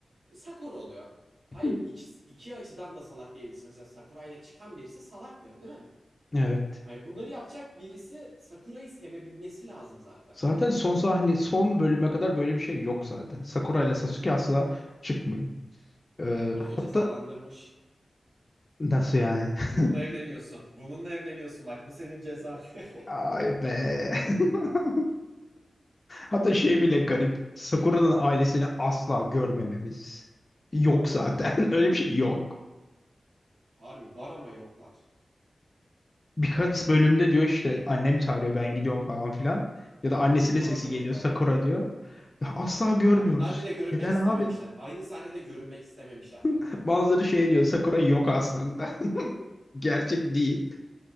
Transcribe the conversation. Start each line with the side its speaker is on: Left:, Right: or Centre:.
Right: Sakura oluyor.
Left: <laughs>
Right: Hayır iki, iki açıdan da salak diyebilirsin. Mesela Sakura ile çıkan birisi salaktır değil mi?
Left: Evet.
Right: Hayır bunları yapacak birisi Sakura'yı sevebilmesi lazım zaten.
Left: Zaten son sahne, son bölüme kadar böyle bir şey yok zaten. Sakura ile Sasuke asla çıkmıyor. Ee,
Right: Naruto
Left: hatta
Right: cezalandırmış.
Left: nasıl yani?
Right: Bununla
Left: <laughs>
Right: evleniyorsun. Bununla evleniyorsun bak bu senin cezan. <laughs>
Left: Ay be. <laughs> Hatta şey bile garip. Sakura'nın ailesini asla görmememiz. Yok zaten. <laughs> Öyle bir şey yok.
Right: Harbi var ama yoklar.
Left: Birkaç bölümde diyor işte annem çağırıyor ben gidiyorum falan filan. Ya da
Right: Hmm,
Left: annesinin
Right: var
Left: sesi
Right: ama yoklar
Left: geliyor Sakura
Right: yani.
Left: diyor. Ya asla görmüyoruz.
Right: Ya onlar bile görünmek
Left: Neden
Right: istememişler.
Left: abi?
Right: Aynı sahnede görünmek istememişler kanka.
Left: <laughs> Bazıları şey diyor Sakura yok aslında. <laughs> Gerçek değil.